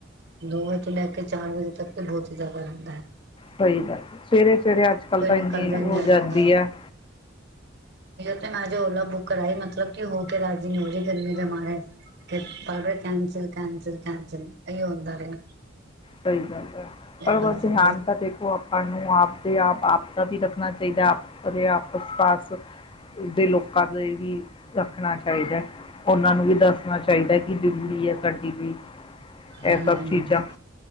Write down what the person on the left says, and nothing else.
ਸਹੀ ਗੱਲ ਸਵੇਰੇ ਜਿਹੜੇ ਅੱਜ ਕੱਲ
ਤਾਂ
ਇੰਨੀ
ਹੋ
ਜਾਂਦੀ
ਹੈ।
ਸਹੀ ਗੱਲ ਹੈ ਪਰ
ਧਹਨ
ਤਾਂ ਦੇਖੋ ਆਪਾਂ ਨੂੰ ਆਪਦੇ ਆਪ ਆਪ ਦਾ ਵੀ ਰੱਖਣਾ ਚਾਹੀਦਾ ਆਪਦੇ ਆਪਸ ਪਾਸ ਦੇ ਲੋਕਾਂ ਦਾ ਵੀ ਰੱਖਣਾ ਚਾਹੀਦਾ ਉਹਨਾਂ ਨੂੰ ਵੀ ਦੱਸਣਾ ਚਾਹੀਦਾ ਕਿ ਜ਼ਰੂਰੀ ਹੈ ਸਾਡਾ ਟੀ ਵੀ,
ਇਹ ਸਭ ਚੀਜ਼ਾਂ